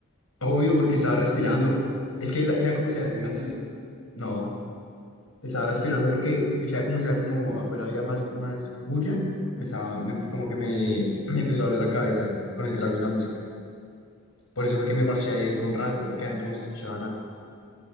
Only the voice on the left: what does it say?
Obvio, porque estaba respirando. Es que la- sea como
sea,
así. No, estaba respirando porque sea como sea, como afuera había más, más bulla, me estaba, me-
como que me, me empezó a doler la cabeza con el trago y la música. Por eso fue
que me parché ahí dentro un
rato, porque adentro no se escuchaba nada.